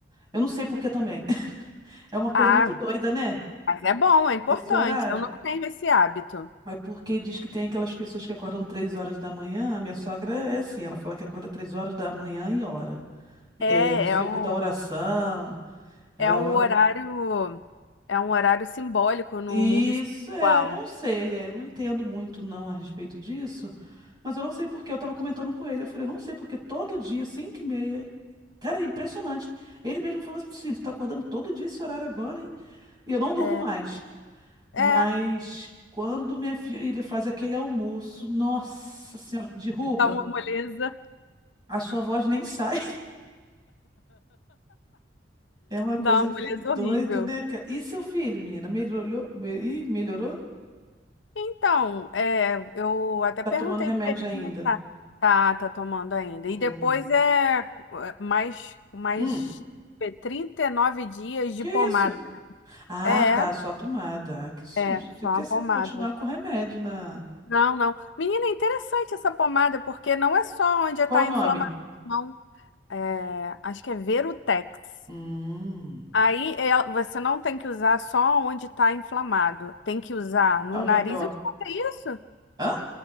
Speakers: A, on the right; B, on the left.
A: Eu não sei por que também. <laughs> É uma coisa
B: Ah,
A: muito doida, né?
B: mas é bom, é importante.
A: Esse horário.
B: Eu não tenho esse hábito.
A: Mas porque diz que tem aquelas pessoas que acordam três horas da manhã. A minha sogra é assim, ela fala que acorda três horas da manhã e ora.
B: É,
A: É, não sei
B: é um,
A: o que da oração. Ela
B: é um
A: ora.
B: horário, é um horário simbólico no
A: Isso,
B: mundo espiritual.
A: é, não sei, é, eu não entendo muito não a respeito disso. Mas eu não sei por que. Eu tava comentando com ele. Eu falei, eu não sei porque todo dia, cinco e meia. Cara, é impressionante. Ele mesmo falou assim: tu tá acordando todo dia esse horário agora, hein? E eu não durmo
B: É,
A: mais. Mas
B: é,
A: quando minha filha faz aquele almoço, nossa senhora, que derruba.
B: dá uma moleza,
A: A sua voz nem sai. <laughs> É uma coisa
B: dá uma
A: de
B: moleza
A: doido,
B: horrível.
A: né, cara? E seu filho, menina, melhorou? Me- Ih, melhorou?
B: Então, é, eu até
A: Tá
B: perguntei
A: tomando remédio
B: para ele
A: ainda?
B: como é que tá. Tá, tá tomando ainda.
A: Hum.
B: E depois é é, mais, mais
A: Hum.
B: é, 39 dias de
A: Que
B: pomada.
A: isso? Ah,
B: É,
A: tá, só a pomada. Ah, que susto.
B: é,
A: Você
B: só
A: quer
B: uma
A: se-
B: pomada.
A: continuar com o remédio na.
B: Não, não. Menina, é interessante essa pomada, porque não é só onde está
A: Qual o
B: a
A: nome?
B: inflamação, não. É, acho que é Verutex.
A: Hum.
B: Aí ela- você não tem que usar só onde está inflamado. Tem que usar no
A: Ao
B: nariz.
A: redor.
B: Eu te contei isso?
A: Hã?